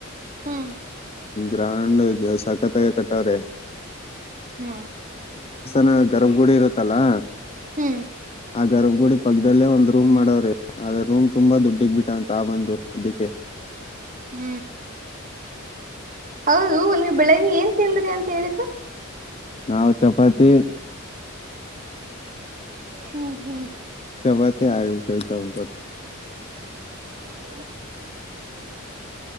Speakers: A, on the right (about 40°); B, on the left (about 30°).
A: ಹೂ
B: ಬ್ರಾಂಡ್ ಸಾಕತ್ಾಗ ಕಟ್ಟಾರೆ
A: ಹೂ
B: ನ ಗರ್ಭ ಗುಡಿ ಇರುತ್ತಲ್ಲಾ
A: ಹೂ
B: ಆ ಗರ್ಭಗುಡಿ ಪಕ್ಕದಲ್ಲೇ ಒಂದ್ ರೂಮ್ ಮಾಡೋ್ರ ಅ ಆದ್ರ ರೂಮ್ ತುಂಬಾ ದುಡ್ಡಿಗ್ ಬಿಟ್ಟ ಅಂತ ಆ ಬಂದು ಅದಕ್ಕೆ
A: ಹೂ ಹೌದು ನೀವು ಬೆಳಗ್ಲಿ ಏನ್ ತಿಂದ್ರಿ ಅಂತ ಹೇಳ
B: ನಾವು ಚಪಾತಿ
A: ಹೂ ಹೂ
B: ಚಪಾತಿ ಹಾಗಲಕಾಯಿ ಸಾಂಬರ್
A: ನ